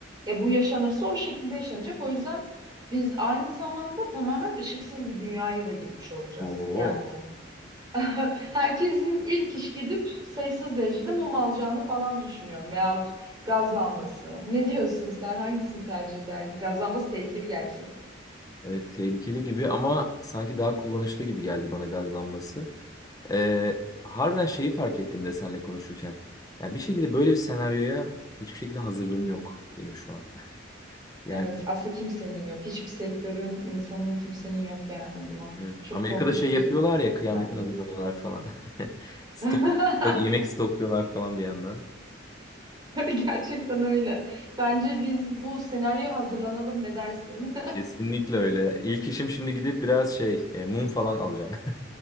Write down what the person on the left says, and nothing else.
Oo.
Evet tehlikeli gibi ama sanki daha kullanışlı gibi geldi bana gazlanması. E, harbiden şeyi fark ettim de seninle konuşurken. Yani bir şekilde böyle bir senaryoya hiçbir şekilde hazırlığım yok benim şu an. <laughs> Yani
evet,
Amerika'da
şey yapıyorlar
ya kıyamete
hazırlanıyorlar falan. <laughs> Stok,
stok- yemek stokluyorlar falan bir yandan.
Kesinlikle öyle. İlk işim şimdi gidip biraz şey e, mum falan alacağım.